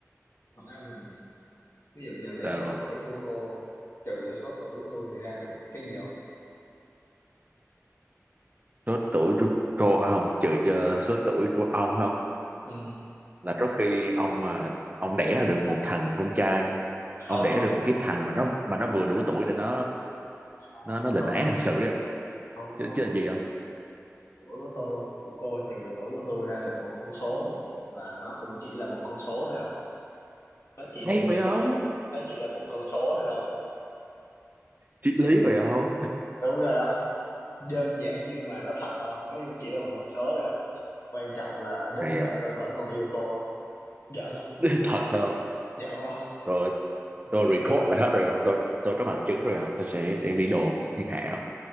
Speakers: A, on the left (about 60°); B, on the right (about 30°).
A: Phải không nào? Ví dụ giờ lấy
B: sao
A: số
B: không?
A: tuổi của cô trừ vô số tuổi của tôi thì ra được cái gì không?
B: số tuổi của cô phải không trừ cho số tuổi của ông phải không
A: Ừ.
B: là trước khi ông mà ông đẻ ra được một thằng con trai
A: Không
B: ông đẻ
A: không?
B: được một cái thằng mà nó mà nó vừa đủ tuổi để nó
A: Không
B: nó
A: không,
B: nó lĩnh
A: không
B: án
A: không.
B: hình sự đi không
A: Không không.
B: chứ, chứ là gì không
A: Tuổi của tôi, của cô trừ tuổi của tôi ra được một con số và nó cũng chỉ là một con số thôi không? Nó chỉ
B: hay
A: đơn
B: vậy
A: giản
B: không
A: là một nó chỉ là một con số thôi không?
B: triết lý vậy không
A: Đúng rồi không? Đơn giản nhưng mà nó thật không? Nó cũng chỉ là một con số thôi không? Quan trọng là đến
B: hay
A: giờ
B: không
A: tôi vẫn còn yêu cô không? Giỡn không?
B: <laughs> thật không
A: Giỡn không?
B: rồi tôi
A: Cô
B: record
A: xin không?
B: lại hết rồi không tôi tôi có bằng chứng rồi không tôi sẽ đem đi đồn thiên hạ không